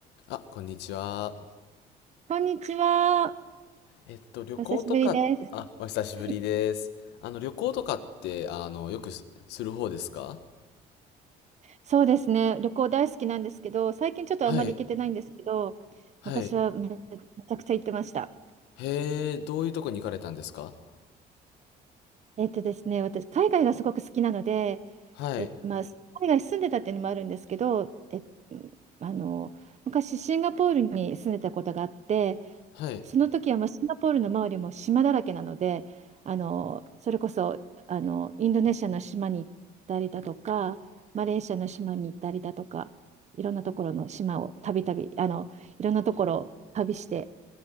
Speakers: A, on the left; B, on the right.
A: あ、こんにちは。
B: こんにちは。
A: えっと、旅行とか、
B: お久しぶりです。
A: あ、お久しぶりです。
B: はい。
A: あの、旅行とかって、あの、よくす、する方ですか
B: そうですね。旅行大好きなんですけど、最近ちょっとあんまり行けてないんですけど、
A: はい、はい。
B: 昔はめ、めちゃくちゃ行ってました。
A: へえ、どういうとこに行かれたんですか
B: えっとですね、私、海外がすごく好きなので、
A: はい、
B: え、まあ、海外住んでたっていうのもあるんですけど、え、あの、昔シンガポールに住んでたことがあって、
A: はい。
B: その時はもうシンガポールの周りも島だらけなので、あのそれこそあのインドネシアの島に行ったりだとか、マレーシアの島に行ったりだとか、いろんなところの島をたびたび、あのいろんなところを旅して